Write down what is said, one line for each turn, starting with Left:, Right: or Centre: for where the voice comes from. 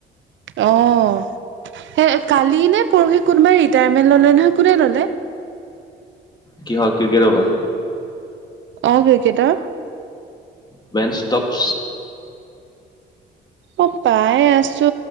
Right: আহ। এ কালি নে পৰহি কোনোবাই ৰিটায়াৰমেন্ট ল'লে নহয়, কোনে ল'লে?
Left: কি হক ক্ৰিকেটৰ পৰা?
Right: অ', ক্ৰিকেটৰ।
Left: বেনসটকছ।
Right: অ', পাইে আছো,